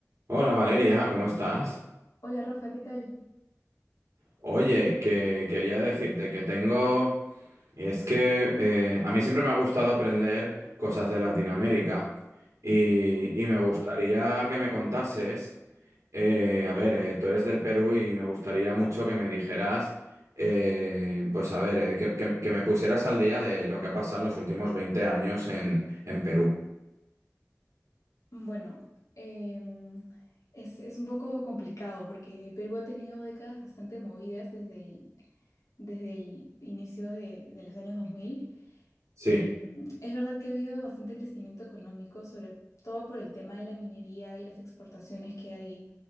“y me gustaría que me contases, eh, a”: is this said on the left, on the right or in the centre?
Right